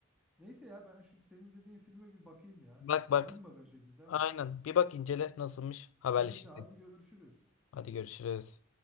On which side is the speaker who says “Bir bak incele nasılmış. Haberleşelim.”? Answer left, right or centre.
Left